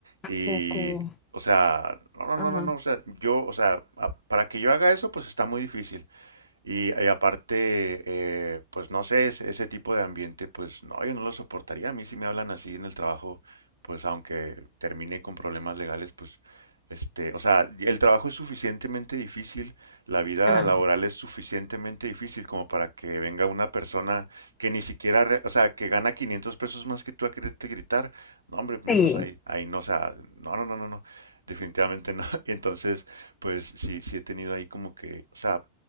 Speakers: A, on the right; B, on the left.
A: y,
B: Poco.
A: o sea, no, no,
B: Ajá,
A: no, no, no, o sea, yo, o sea, a- para que yo haga eso, pues está muy difícil. Y, y aparte, eh, pues no sé, ese, ese tipo de ambiente, pues no, yo no lo soportaría. A mí si me hablan así en el trabajo, pues aunque termine con problemas legales, pues este, o sea, el trabajo es suficientemente difícil, la vida
B: ajá,
A: laboral es suficientemente difícil como para que venga una persona que ni siquiera, re- o sea, que gana 500 pesos más que tú a quererte gritar. No, hombre, no,
B: Sí,
A: pues ahí, ahí no, o sea, no, no, no, no, no, definitivamente no. <laughs> Entonces, pues sí, sí he tenido ahí como que, o sea,